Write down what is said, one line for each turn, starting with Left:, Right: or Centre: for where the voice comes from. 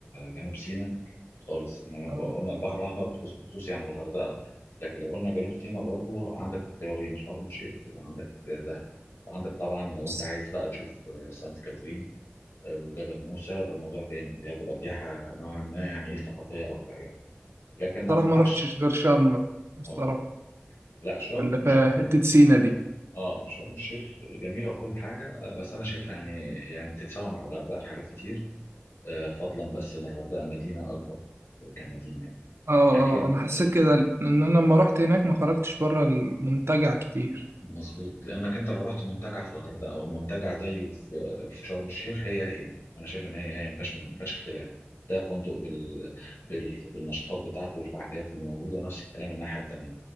Left: جنوب سيناء خالص احنا
Right: أنا
Left: قلنا البحر الاحمر بخصوص بخصوص يعني الغردقة لكن لو قلنا جنوب سيناء برضو عندك اختيارين شرم الشيخ وعندك دهب وعندك طبعا لو
Right: بس-
Left: انت عايز بقى تشوف آه، سانت كاترين آه، وجبل موسى ده موضوع تاني دي هتبقى سياحة نوعا ما يعني ايه ثقافية اكتر يعني لكن
Right: الصراحة
Left: ما انصحكش
Right: ما رحتش غير شرم الصراحة
Left: اه لا شرم
Right: اللي في حتة سينا دي
Left: اه شرم الشيخ جميله وكل حاجه آه، بس انا شايفها يعني يعني بتتساوى مع الغردقه في حاجات كتير آه، فضلا بس ان الغردقه مدينه اكبر كمدينه يعني.
Right: اه
Left: لكن
Right: اه أنا حسيت كده إن أنا لما رحت هناك ما خرجتش بره المنتجع كتير
Left: مظبوط لانك انت لو رحت منتجع في الغردقه او منتجع زيه في في شرم الشيخ هي هي انا شايف ان هي هي ما فيهاش ما فيهاش اختلاف ده فندق بال... بال... بالنشاطات بتاعته والفعاليات اللي موجوده ونفس الكلام الناحيه التانيه